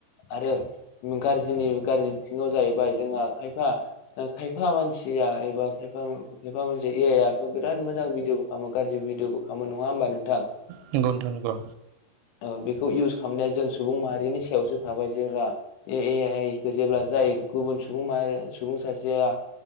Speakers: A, on the left (about 80°); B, on the right (about 80°).
A: आरो गाज्रिनि गाज्रि बिथिङाव जाहैबाय जोंहा खायफा खायफा मानसिया एबा खायफा खायफा मानसि ए आथ' बिराद मोजां भिदिअ'बो खालामो गाज्रि भिदिअ'बो खालामो नङा होमबा नों
B: नंगौ नोंथां नंगौ।
A: ओ बेखौ इउस खालामनाया जों सुबुं माहारिनि सायावसो थाबाय जेब्ला ए आइखौ जेब्ला जाय गुबुन सुबुं माहारि सुबुं सासेया